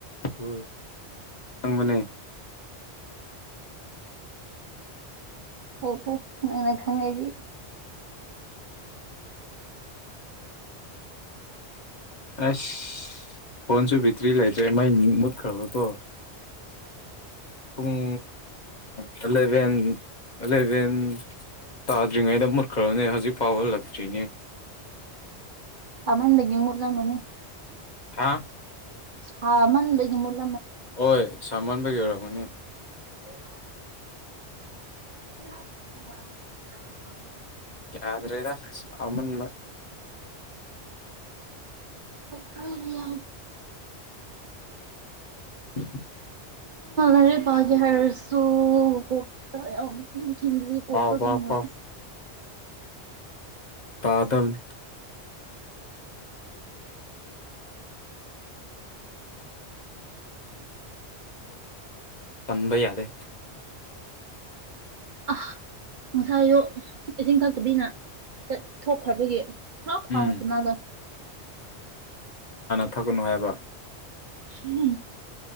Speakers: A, on the left; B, on the right.
A: ꯍꯣꯏ ꯆꯪꯕꯅꯦ
B: ꯐꯩ ꯐꯩ ꯅꯪꯅ ꯈꯪꯉꯗꯤ
A: ꯑꯁ ꯐꯣꯟꯁꯨ ꯤꯇ꯭ꯔꯤ ꯂꯩꯇ꯭ꯔꯦ ꯃꯩ ꯃꯨꯠꯈ꯭ꯔꯕꯀꯣ ꯄꯨꯡ ꯑꯦꯂꯚꯦꯟ ꯑꯦꯂꯚꯦꯟ ꯇꯥꯖꯉꯗꯨꯔ ꯈꯔꯅꯦ ꯍꯧꯖꯤꯛ ꯐꯥꯎꯕꯜꯂꯛꯇ꯭ꯔꯤꯅꯦ
B: ꯁꯥꯃꯟꯗꯒꯤ ꯃꯨꯠꯂꯝꯃꯅꯤ
A: ꯍꯥ
B: ꯍ ꯃꯟꯒꯤ ꯃꯂ
A: ꯍꯣꯏ ꯁꯃꯟꯕꯒꯤ ꯑꯣꯏꯔꯝꯒꯅꯤ
B: ꯊ <inaudible>
A: ꯌꯥꯗ꯭ꯔꯦꯗ ꯑꯃꯟ
B: ꯍ ꯌꯥ
A: ꯎꯝ
B: ꯑ ꯅꯦ ꯒꯤ ꯍꯔꯁꯨꯨ ꯍꯇ ꯊꯤꯟꯗꯤ ꯀꯣꯛꯗ
A: ꯄꯥꯎ ꯄꯥꯎ
B: ꯆꯉ
A: ꯄꯥꯎ ꯇꯥꯗꯕꯅꯤ ꯄꯟꯕ ꯌꯥꯗꯦ
B: ꯑ ꯉꯁꯥꯏꯁꯨ ꯏꯁꯤꯡ ꯊꯛꯇꯕꯤꯅ ꯆꯠ ꯊꯣꯛꯈ꯭ꯔꯕꯒꯤ ꯂ ꯈꯉ
A: ꯎꯝ
B: ꯀꯅꯥꯗꯣ
A: ꯀꯊꯛꯒꯅꯨ ꯍꯥꯏꯕ
B: ꯍꯝ